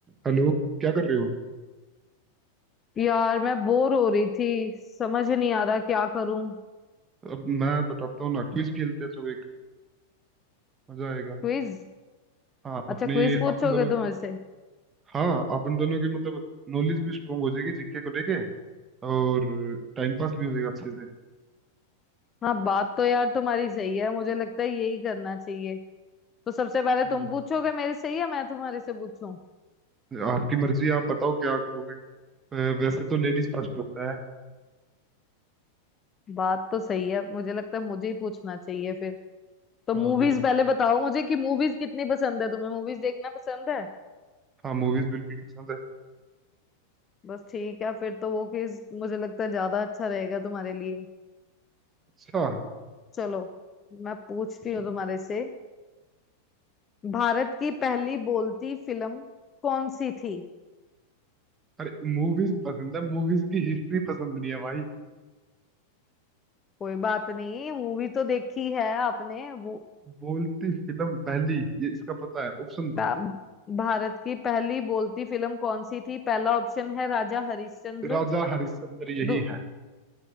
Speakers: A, on the right; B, on the left.
A: हेलो क्या कर रहे हो
B: यार मैं बोर हो रही थी समझ ही नहीं आ रहा क्या करूं
A: अब मैं बताता हूँ ना क्विज खेलते हैं चलो एक मजा आएगा
B: क्विज
A: हाँ अपने
B: अच्छा क्विज पूछोगे
A: अपन दोनों की
B: तुम मेरे से
A: हाँ अपन दोनों की मतलब नॉलेज भी स्ट्रोंग हो जाएगी जीके को लेके और टाइम पास भी हो जाएगा अच्छे से
B: हाँ बात तो यार तुम्हारी सही है मुझे लगता है यही करना चाहिए तो सबसे पहले
A: हम्म
B: तुम पूछोगे मेरे से या मैं तुम्हारे से पूछूं
A: आपकी मर्जी है, आप बताओ क्या करोगे अ, वैसे तो लेडीज फर्स्ट होता है
B: बात तो सही है मुझे लगता है मुझे ही पूछना चाहिए फिर तो
A: हाँ
B: मूवीज
A: बिल्कुल
B: पहले बताओ मुझे कि मूवीज कितनी पसंद है तुम्हें मूवीज देखना पसंद है
A: हाँ मूवीज बिल्कुल पसंद है
B: बस ठीक है फिर तो वो क्विज मुझे लगता है ज्यादा अच्छा रहेगा तुम्हारे लिए
A: अच्छा
B: चलो मैं पूछती
A: पूछो।
B: हूँ तुम्हारे से भारत की पहली बोलती फिल्म कौन सी थी
A: अरे मूवीज पसंद है मूवीज की हिस्ट्री पसंद नहीं है भाई
B: कोई बात नहीं मूवी तो देखी है आपने वो
A: बोलती फिल्म पहली ये इसका पता है ऑप्शन दो
B: पा- भारत की पहली बोलती फिल्म कौन सी थी पहला ऑप्शन है राजा हरिश्चंद्र
A: राजा हरिश्चंद्र यही
B: दू
A: है